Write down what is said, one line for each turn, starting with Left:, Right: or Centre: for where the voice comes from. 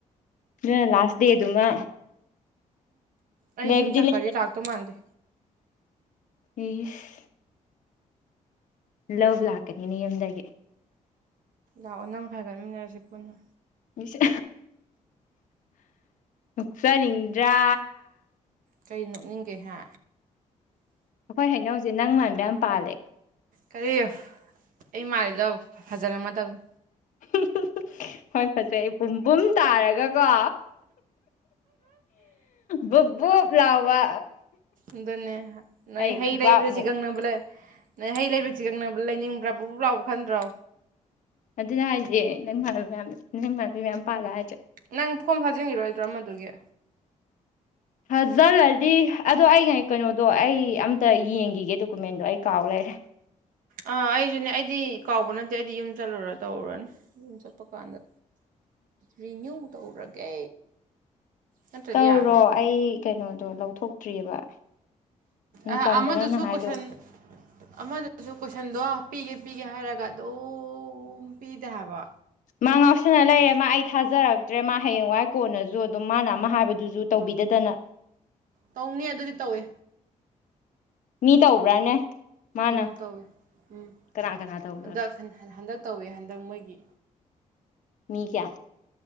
Left: ꯑꯗꯨꯅ ꯂꯥꯁ ꯗꯦꯗꯨꯃ
Right: ꯑꯩ
Left: ꯂꯩꯕꯨꯗꯤ
Right: ꯌꯨꯝ ꯆꯠꯈ꯭ꯔꯗꯤ
Left: <inaudible>
Right: ꯂꯥꯛꯇꯧ ꯃꯥꯟꯗꯦ
Left: ꯏꯁ ꯂꯧꯕ ꯂꯥꯛꯀꯅꯤꯅꯦ ꯌꯨꯝꯗꯒꯤ
Right: ꯂꯥꯛꯑꯣ ꯅꯪꯒ ꯍꯥꯏꯒꯠꯃꯤꯟꯅꯔꯁꯤ ꯄꯨꯟꯅ
Left: ꯏꯁ ꯅꯣꯛꯆꯅꯤꯡꯗ꯭ꯔꯥ
Right: ꯀꯩ ꯅꯣꯛꯅꯤꯡꯒꯦ ꯍꯥ
Left: ꯑꯩꯈꯣꯏ ꯍꯩꯅꯧꯁꯦ ꯅꯪ ꯃꯥꯟꯕ ꯌꯥꯝ ꯄꯥꯜꯂꯦ
Right: ꯀꯔꯤ ꯑꯩ ꯃꯥꯜꯂꯤꯗꯣ ꯐꯖꯔꯝꯃꯗꯧꯅꯤ
Left: <inaudible> ꯍꯣꯏ ꯐꯖꯩ ꯄꯨꯝꯕꯨꯝ ꯇꯥꯔꯒꯀꯣ ꯕꯨꯕꯨꯞ ꯂꯥꯎꯕ
Right: ꯑꯗꯨꯅꯤ ꯅꯣꯏ
Left: ꯑꯩ
Right: ꯍꯩ
Left: ꯈꯨꯕꯥꯛꯃꯨꯛ
Right: ꯂꯩꯕꯗ ꯆꯤꯒꯪꯅꯕ ꯂꯩ ꯅꯣꯏ ꯍꯩ ꯂꯩꯕꯗ ꯆꯤꯒꯪꯅꯕ ꯂꯩꯅꯤꯡꯕ꯭ꯔꯥ ꯕꯨ ꯕꯨꯞ ꯂꯥꯎꯕ ꯈꯟꯗ꯭ꯔꯣ
Left: ꯑꯗꯨꯅꯦ ꯍꯥꯏꯁꯦ ꯅꯪꯉꯜ ꯃꯌꯥꯝ ꯅꯪꯉꯜꯕ ꯃꯌꯥꯝ ꯄꯥꯜꯂꯦ ꯍꯥꯏꯁꯤ
Right: ꯅꯪ ꯐꯣꯝ ꯊꯥꯖꯤꯟꯈꯤꯔꯣꯏꯗ꯭ꯔꯣ ꯑꯃꯗꯨꯒꯤ
Left: ꯍꯥꯖꯤꯜꯂꯗꯤ ꯑꯗꯣ ꯑꯩ ꯀꯩꯅꯣꯗꯣ ꯑꯩ ꯑꯝꯇ ꯌꯦꯡꯈꯤꯒꯦ ꯗꯣꯀꯨꯃꯦꯟꯗꯣ ꯑꯩ ꯀꯥꯎ ꯂꯩꯔꯦ
Right: ꯑꯥ ꯑꯩꯁꯨꯅꯦ ꯑꯩꯗꯤ ꯀꯥꯎꯕ ꯅꯠꯇꯦ ꯑꯩꯗꯤ ꯌꯨꯝ ꯆꯠꯂꯨꯔ ꯇꯧꯔꯨꯔꯅꯤ ꯌꯨꯝ ꯆꯠꯄ ꯀꯥꯟꯗ ꯔꯤꯅ꯭ꯌꯨ ꯇꯧꯔꯒꯦ ꯅꯠꯇ꯭ꯔꯗꯤ
Left: ꯇꯧꯔꯣ
Right: ꯌꯥꯔꯔꯣꯏ
Left: ꯑꯩ ꯀꯩꯅꯣꯗꯣ ꯂꯧꯊꯣꯛꯇ꯭ꯔꯤꯑꯕ ꯏꯟꯀꯝꯗꯣ
Right: ꯑ ꯑꯃꯗꯨꯁꯨ
Left: ꯅꯪꯅ ꯍꯥꯏꯗꯣ
Right: ꯀꯣꯢꯁꯟ ꯑꯃꯗꯨ ꯑꯗꯨꯁꯨ ꯀꯣꯏꯁꯟꯗꯣ ꯄꯤꯒꯦ ꯄꯤꯒꯦ ꯍꯥꯏꯔꯒ ꯑꯗꯨꯝ ꯄꯤꯗꯦ ꯍꯥꯏꯕ
Left: ꯃꯥ ꯉꯥꯎꯁꯥꯟꯅ ꯂꯩꯔꯦ
Right: ꯀ-
Left: ꯃꯥ ꯑꯩ ꯊꯥꯖꯔꯛꯇ꯭ꯔꯦ ꯃꯥ ꯍꯌꯦꯡꯋꯥꯏ ꯀꯣꯟꯅꯁꯨ ꯑꯗꯨꯝ ꯃꯥꯅ ꯑꯃ ꯍꯥꯏꯕꯗꯨꯁꯨ ꯇꯧꯕꯤꯗꯗꯅ
Right: ꯇꯧꯅꯤ ꯑꯗꯨꯗꯤ ꯇꯧꯏ
Left: ꯃꯤ ꯇꯧꯕ꯭ꯔꯥꯅꯦ ꯃꯥꯅ
Right: ꯎꯝ ꯇꯧꯋꯦ ꯎꯝ
Left: ꯀꯅꯥ ꯀꯅꯥ ꯇꯧꯈ꯭ꯔꯒꯦ
Right: ꯍꯟꯗꯛ ꯍꯟꯗꯛ ꯇꯧꯋꯦ ꯍꯟꯗꯛ ꯃꯣꯏꯒꯤ
Left: ꯃꯤ ꯀꯌꯥ